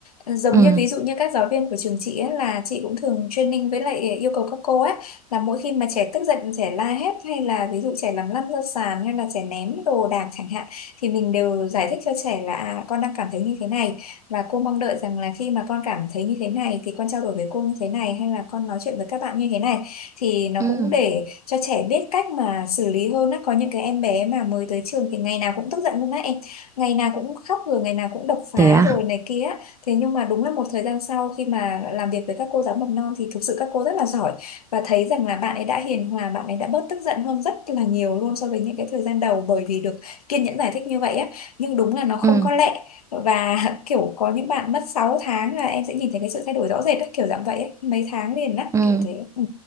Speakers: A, on the left (about 70°); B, on the right (about 15°).
A: Ờ, Giống
B: ừ
A: như ví dụ như các giáo viên của trường chị ấy, là chị cũng thường training với lại yêu cầu các cô ấy là mỗi khi mà trẻ tức giận, trẻ la hét hay là ví dụ trẻ làm lăn ra sàn hay là trẻ ném đồ đạc chẳng hạn thì mình đều giải thích cho trẻ là à, con đang cảm thấy như thế này và cô mong đợi rằng là khi mà con cảm thấy như thế này thì con trao đổi với cô như thế này hay là con nói chuyện với các bạn như thế này thì nó
B: ừ
A: cũng để cho trẻ biết cách mà xử lý hơn á. Có những cái em bé mà mới tới trường thì ngày nào cũng tức giận luôn á em ngày nào cũng khóc rồi ngày nào cũng đập phá
B: Thế à?
A: rồi này kia thế nhưng mà đúng là một thời gian sau khi mà làm việc với các cô giáo mầm non thì thực sự các cô rất là giỏi và thấy rằng là bạn ấy đã hiền hòa bạn ấy đã bớt tức giận hơn rất là nhiều luôn so với những cái thời gian đầu bởi vì được kiên nhẫn giải thích như vậy á nhưng đúng là nó không
B: ừ
A: có lẹ và <laughs> kiểu có những bạn mất 6 tháng là em sẽ nhìn thấy cái sự thay đổi rõ rệt á, kiểu dạng vậy ấy. mấy tháng liền á
B: ừ
A: kiểu thế ừ.